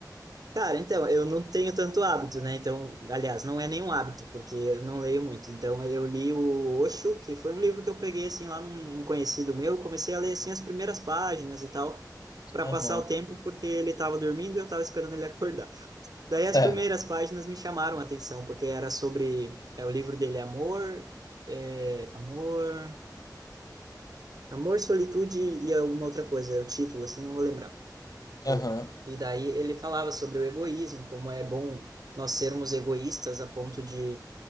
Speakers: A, on the right (about 60°); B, on the left (about 55°).
A: Cara, então, eu não tenho tanto hábito, né? Então, aliás, não é nenhum hábito, porque eu não leio muito. Então, eu li o Osho, que foi um livro que eu peguei, assim, lá num num conhecido meu. Comecei a ler, assim, as primeiras páginas e tal, para
B: Aham,
A: passar o tempo, porque ele estava dormindo e eu estava esperando ele acordar. Daí,
B: certo.
A: as primeiras páginas me chamaram a atenção, porque era sobre... É o livro dele, é Amor... É, amor... Amor, Solitude e alguma outra coisa. É o título, assim, não vou lembrar. Eu-
B: Aham,
A: E daí ele falava sobre o egoísmo, como é bom nós sermos egoístas a ponto de